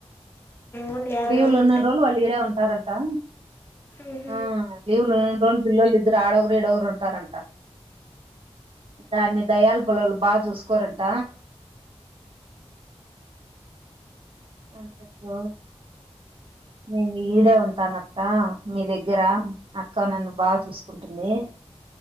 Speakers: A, on the left; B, on the right.
A: ఓన్లీ యాభై
B: లీవులు ఉన్న
A: ఉంటాయి
B: రోజులు వాళ్ళు ఇడే సారంటా
A: ఉహు
B: ఆ లీవులు ఉనాను ఇంట్లో నీ పిల్లోలు ఇద్దరు ఆడొగురు ఇడొగురు ఉంటారంట దాన్ని దయాల పొలలు బాగా చూసుకోరంట అంతటితో నేను ఈడే ఉంటాన అక్క మీ దగ్గర అక్క నన్ను బాగా చూసుకుంటుంది.